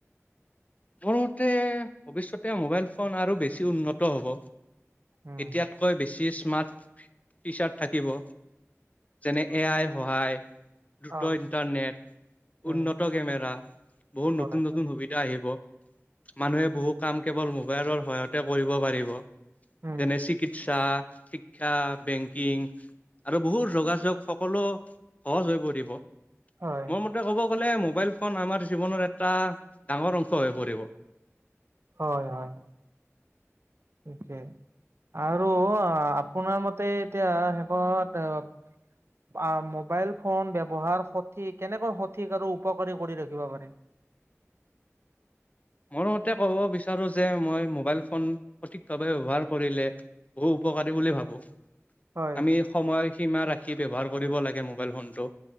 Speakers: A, on the left; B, on the right.
A: মোৰ মতে ভৱিষ্যতে মোবাইল ফোন, আৰু বেছি উন্নত হ'ব।
B: উম।
A: এতিয়াতকৈ বেছি স্মাৰ্ট। ফিচাৰ থাকিব, যেনে এ আই সহায়। দ্ৰুত
B: অ।
A: ইন্টাৰনেট,
B: উম
A: উন্নত কেমেৰা, বহুত
B: হয়
A: নতুন-নতুন সুবিধা আহিব। মানুহে বহু কাম, কেৱল মোবাইলৰ সহায়তে কৰিব পাৰিব।
B: উম
A: যেনে চিকিৎসা, শিক্ষা, বেংকিং। আৰু বহু, যোগাযোগ সকলো সহজ হৈ পৰিব।
B: হয়
A: মোৰ মতে ক'ব গ'লে, মোবাইল ফোন আমাৰ জীৱনৰ এটা ডাঙৰ অং। হয় পৰিব।
B: হয় হয় তাকে আৰু আ আপোনাৰ মতে এতিয়া শেষত মোবাইল ফোন ব্যৱহাৰ সঠি কেনেকৈ সঠিক আৰু উপকাৰী কৰি ৰাখিব পাৰি?
A: মোৰ ক'ব বিচাৰো যে মই, মোবাইল ফোন সঠিকভাৱে ব্যৱহাৰ কৰিলে বহু উপকাৰী বুলি ভাৱো। আমি
B: হয়
A: সময় সীমা ৰাখি ব্যৱহাৰ কৰিব লাগে মোবাইল ফোনটো।